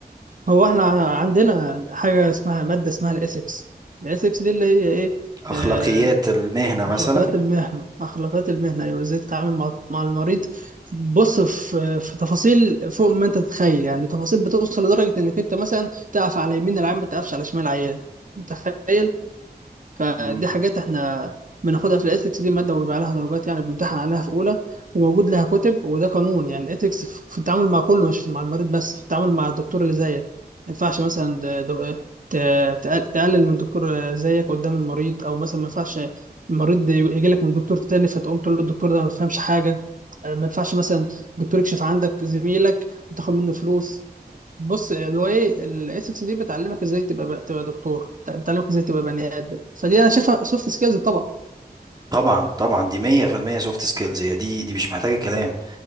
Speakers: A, on the right; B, on the right.
A: هو احنا عندنا حاجه اسمها ماده اسمها الاثكس الاثكس دي اللي هي ايه
B: اخلاقيات
A: آه،
B: المهنة مثلا
A: أخلاقيات المهنة أخلاقيات المهنة أيوة إزاي تتعامل مع مع المريض بص في في تفاصيل فوق ما أنت تتخيل يعني تفاصيل بتوصل لدرجة إنك أنت مثلا تقف على يمين العيان ما تقفش على شمال العيان متخيل فدي
B: مم.
A: حاجات احنا بناخدها في الإثكس دي مادة وبيبقى عليها درجات يعني بنمتحن عليها في أولى وموجود لها كتب وده قانون يعني الإثكس في في التعامل مع كله مش مع المريض بس في التعامل مع الدكتور اللي زيك ما ينفعش مثلا د- د- ت- تقل- تقلل من دكتور زيك قدام المريض أو مثلا ما ينفعش المريض يجي لك من دكتور تاني فتقوم تقول له الدكتور ده ما بيفهمش حاجة آه، ما ينفعش مثلا دكتور يكشف عندك زميلك وتاخد منه فلوس بص هو ايه الاي 6 دي بتعلمك ازاي تبقى تبقى دكتور بتعلمك ازاي تبقى بني ادم فدي انا شايفها سوفت سكيلز طبعا
B: طبعا طبعا دي 100% سوفت سكيلز هي دي دي مش محتاجة كلام